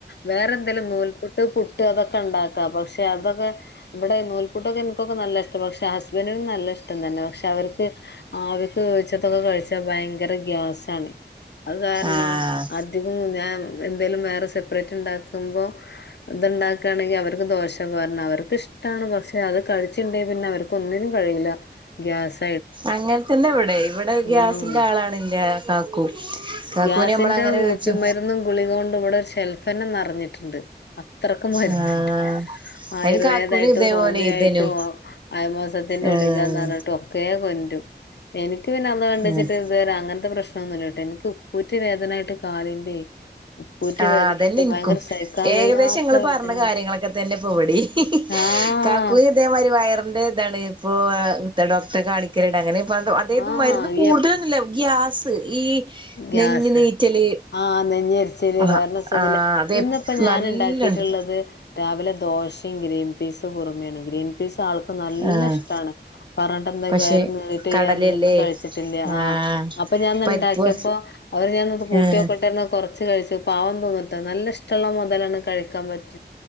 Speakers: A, on the left; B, on the right.
A: വേറെന്തെലും നൂൽപുട്ട് പു ട്ട്ണ്ടാക്ക പക്ഷേ അതൊക്കെ ഇവിടെ നൂൽപുട്ടൊക്കെ ഇന്ക്കൊക്കെ നല്ലിഷ്ട്ടാ പക്ഷെ ഹസ്ബൻഡും നല്ല ഇഷ്ടം തന്നെ ഇവനും നല്ലിഷ്ടം തന്നെ പക്ഷെ അവര്ക്ക് ആവിക്ക് വേവിച്ചതൊക്കെ കഴിച്ചാ ഭയങ്കര ഗ്യാസാണ്. അത് കാരണം
B: ആഹ്
A: അധികും ഞാൻ എന്തേലും വേറെ സെപ്പറേറ്റ്ണ്ടാക്കുമ്പോ ഇത്ണ്ടാക്കാണെങ്കിൽ അവർക്ക് ദോശ പറഞ്ഞ് അവർക്കിഷ്ട്ടാണ് പക്ഷേ അത് കഴിച്ച്ണ്ടെ പിന്നെ അവർക്ക് ഒന്നിനും കഴിയില്ല ഗ്യാസ്
B: അങ്ങനത്തന്നെ ഇവിടേം ഇവിടെ ഗ്യാസിന്റെ
A: ഉം
B: ആളാണ് ഇന്റെ കാക്കു കാക്കൂനെ
A: ഗ്യാസിന്റെ
B: നമ്മള് അങ്ങനെ ചോദിച്ചു
A: കുപ്പി മരുന്നും ഗുളിക കൊണ്ടും ഇവിടെ ഷെൽഫ് തന്നെ നെറഞ്ഞിട്ട്ണ്ട്. ത്രക്ക് വരുന്നുണ്ട്.
B: ആഹ്
A: ആയുർവേദായിട്ടും
B: അയിന് കാക്കൂന് ഇതേപോലെ
A: ഹോമിയോ
B: ഇതേനു
A: ആയിട്ടും അയ മാസത്തിറെ
B: ആഹ്
A: ഗുളികാന്ന് പറഞ്ഞിട്ടും ഒക്കെ കൊചും എനക്ക് പിന്നെ അല്ലാഹ് വണ്ട വെച്ചിട്ട്
B: ആഹ്
A: ഇതുവരെ അങ്ങനത്തെ പ്രശ്‌നൊന്നൂല്യ ട്ടോ എനിക്ക് ഉപ്പൂറ്റി വേദനായിട്ട് കാലിന്റെ ഉപ്പൂറ്റി
B: ആ
A: വേദനായിട്ട്
B: അതന്ന ഇൻക്കും.
A: ഭയങ്കര സഹിക്കാൻ
B: ഏകദേശം
A: വയ്യാത്ത
B: ങ്ങൾ
A: വേദനയാണ്
B: പറഞ്ഞ കാര്യങ്ങളൊക്കെ തന്നെ ഇവടിം
A: ആഹ്
B: കാക്കുന് ഇതേമാരി വയറിന്റെ ഇതാണ്. ഇപ്പോ ഡോക്ടറെ കാണിക്കലിണ്ട്. അങ്ങനെ അതായത്
A: ആഹ്
B: മരുന്ന് കൂടുതലൊന്നുല്ല. ഗ്യാസ് സ് ഈ
A: ഗ്യാസ്
B: നെഞ്ഞ് നീറ്റല്
A: ആഹ് നെഞ്ഞെരി ശരി
B: ആഹ്
A: വയറിൻ സുഖില്ല.
B: ആഹ് അതെ
A: ഇന്നിപ്പ ഞാൻ
B: നല്ലണ്ട്
A: ഇണ്ടാക്കീട്ട്ള്ളത് രാവിലെ ദോശ ഗ്രീൻ പീസ് കുറുമേണ് ഗ്രീൻ പീസ് ആൾക്ക് നല്ലഷ്ട്ടാണ്.
B: ആഹ്
A: പറഞ്ഞിട്ട് എന്താ
B: പക്ഷെ
A: കാര്യം നീറിറ്റ് വയ്യാന്ന്
B: കടലല്ലേ
A: പറഞ്ഞു കഴിച്ചിട്ടില്ല ആ
B: ആഹ്
A: അപ്പൊ ഞാന്നേണ്ടാക്കി
B: പരിപ്പ്
A: ക്കിയപ്പോ അവര് ഞാൻത് കൂട്ടിനോക്കട്ടന്ന്
B: ആഹ്
A: കുറച്ച് കഴിച്ച് പാവം തോന്നൂട്ട നല്ലിഷ്ട്ടാ ട്ടുള്ള മുതലാണ് കഴിക്കാൻ പറ്റ